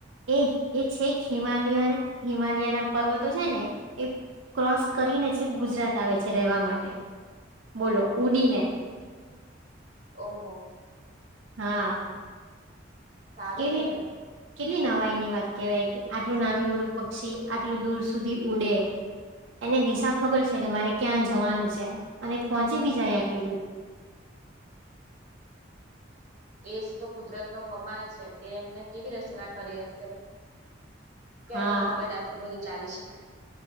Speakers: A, on the right; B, on the right.
A: એ એ છે હિમાલયન હિમાલય ના પર્વતો છે ને એ ક્રોસ કરીને છે ગુજરાત આવે છે રહેવા માટે બોલો ઉડીને
B: ઓહો
A: હા
B: સારું
A: કેલી
B: કેવાય
A: કેટલી નવાઈ ની વાત કેવાય કે આટલું નાનું એવડું પક્ષી આટલું દૂર સુધી ઉડે એને દિશા ખબર છે કે મારે ક્યાં જવાનું છે અને પહોંચી બી જાય આટલી દૂર
B: <inaudible> એજ તો કુદરત નો કમાલ છે કે એમને કેવી રચના કરી હશે કે
A: હા
B: એનું મગજ આટલું બધું ચાલી શકાય